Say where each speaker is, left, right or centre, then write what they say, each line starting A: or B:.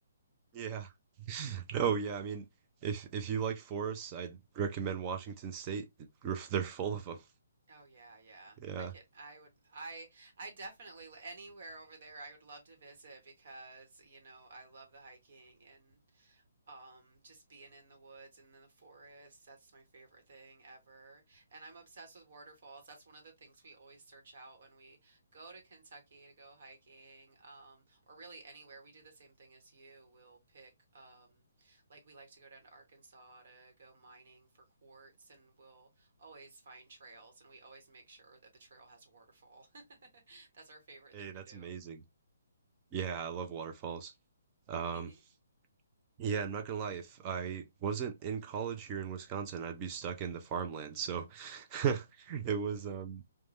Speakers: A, on the right (about 20°); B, on the right (about 50°).
A: Yeah. <laughs> No, yeah, I mean, if if you like forests, I'd recommend Washington State. It- They're full of them.
B: Oh yeah, yeah.
A: Yeah.
B: I can I would I I definitely anywhere over there I would love to visit because, you know, I love the hiking and um, just being in the woods and in the forest, that's my favorite thing ever. And I'm obsessed with waterfalls. That's one of the things we always search out when we go to Kentucky to go hiking, um, or really anywhere. We do the same thing as you. We'll pick, um, like we like to go down to Arkansas to go mining for quartz, and we'll always find trails, and we always make sure that the trail has a waterfall. <laughs> That's our favorite
A: Hey,
B: thing
A: that's
B: to do.
A: amazing. Yeah, I love waterfalls. Um,
B: <laughs>
A: yeah, I'm not gonna lie, if I wasn't in college here in Wisconsin, I'd be stuck in the farmland. So <laughs> it was um